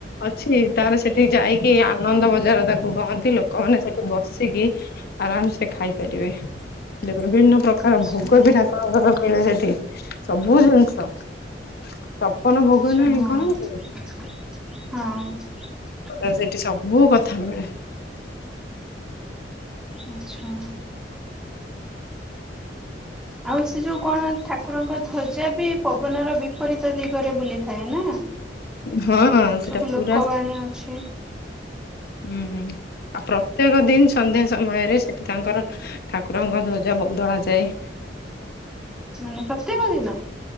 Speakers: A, on the left; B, in the centre.
A: ଅଛି ତାର ସେଠି ଯାଇକି ଆନନ୍ଦ ବଜାର ତାକୁ କହନ୍ତି ଲୋକମାନେ ସେଠି ବସିକି ଆରାମସେ ଖାଇପାରିବେ ଦୋ ବିଭିନ୍ନ ପ୍ରକାର
B: ଆଚ୍ଛା
A: ଭୋଗ ବି ଠାକୁରଙ୍କ ପାଖେ ମିଳେ ସେଠି ସବୁ ଜିନ ହଁ ସ କଣ ଭୋଗ
B: ଆଚ୍ଛା
A: ନାହିଁ
B: ହଁ
A: କଣ
B: ହଁ।
A: ଆଉ ସେଠି ସବୁ କଥା ମିଳେ।
B: ଆଚ୍ଛା। ଆଉ ସେ ଯୋଉ କଣ ଠାକୁରଙ୍କ ଧ୍ୱଜା ବି ପବନର ବିପରୀତ ଦିଗରେ ବୁଲିଥାଏ ନା?
A: ହଁ ସେଟା
B: ସବୁ ଲୋକବାଣୀ
A: ପୁରା ସ
B: ଅଛି
A: ହୁଁ ଆଉ ପ୍ରତ୍ୟେକ ଦିନ ସନ୍ଧ୍ୟା ସମୟରେ ସେଠି ତାଙ୍କର ଠାକୁରଙ୍କ ଧ୍ୱଜ ବଦଳା ଯାଏ।
B: ମାନେ ପ୍ରତ୍ୟେକ ଦିନ।